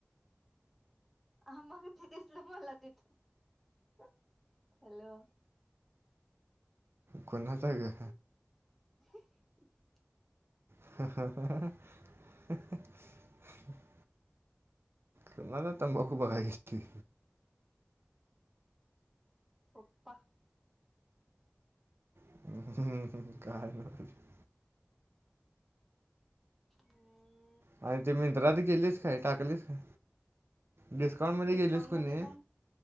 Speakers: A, in the centre; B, on the right.
A: हा मग ते दिसले मला तिथे. हॅलो.
B: कुणाचा हे गं?
A: <inaudible>
B: <unintelligible> कुणाचा तंबाखू बघाय गेलतीस?
A: पप्पा
B: <unintelligible>
A: हम्म्म्म.
B: आणि ते मिन्ट्रात केलीस काय, टाकलीस काय? डिस्काउंट मध्यें
A: डिस्काउंट
B: गेलीस कणी.
A: मध्ये जाऊन